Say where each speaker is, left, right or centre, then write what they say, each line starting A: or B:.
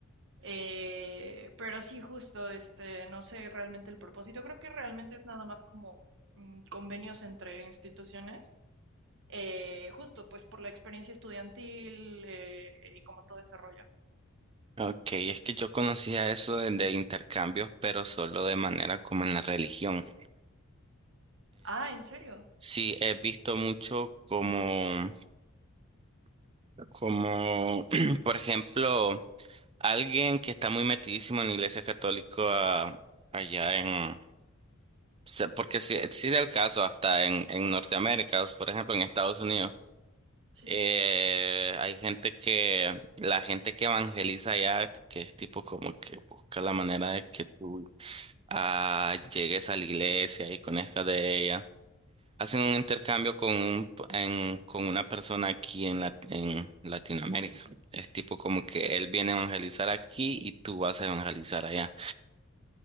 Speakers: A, on the right (about 60°); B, on the right (about 25°).
A: Eh, pero sí, justo, este, no sé realmente el propósito. Creo que realmente es nada más como mm, convenios entre instituciones. Eh, justo, pues por la experiencia estudiantil eh, y como todo ese rollo.
B: Ok, es que yo conocía eso de, de intercambios, pero solo de manera como en la religión.
A: Ah, ¿en serio?
B: Sí, he visto mucho como, como, <clears throat> por ejemplo, alguien que está muy metidísimo en la Iglesia Católica allá en, se- porque sí, sí del caso hasta en, en Norteamérica, por ejemplo, en Estados Unidos,
A: Sí.
B: eh, hay gente que, la gente que evangeliza allá, que es tipo como que busca la manera de que tú ah, llegues a la iglesia y conozcas de ella. Hacen un intercambio con, un p- en- con una persona aquí en, la- en Latinoamérica. Es tipo como que él viene a evangelizar aquí y tú vas a evangelizar allá.